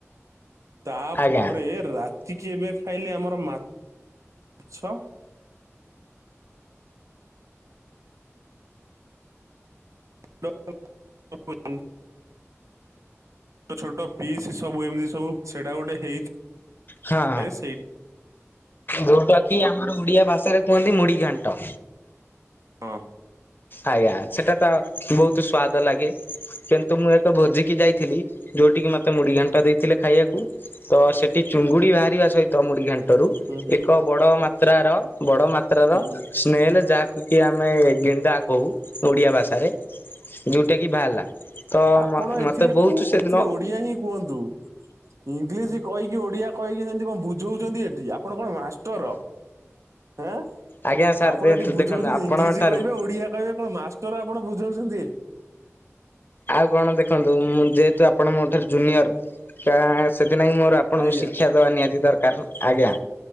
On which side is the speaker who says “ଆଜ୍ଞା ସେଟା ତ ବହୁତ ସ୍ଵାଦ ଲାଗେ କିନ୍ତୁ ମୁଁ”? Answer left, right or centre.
Left